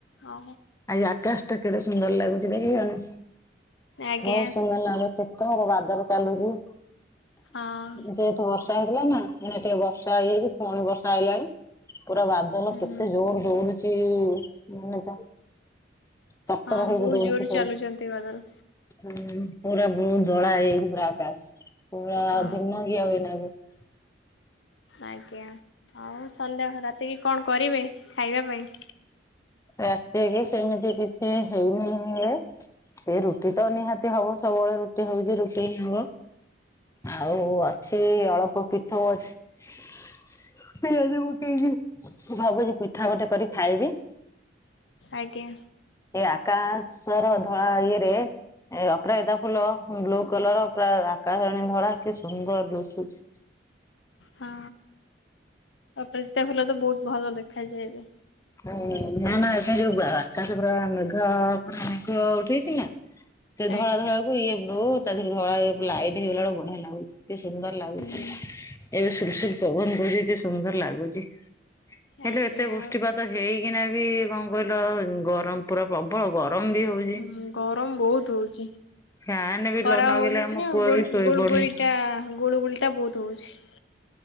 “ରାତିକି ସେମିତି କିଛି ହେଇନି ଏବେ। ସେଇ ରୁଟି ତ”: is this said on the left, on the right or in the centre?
Left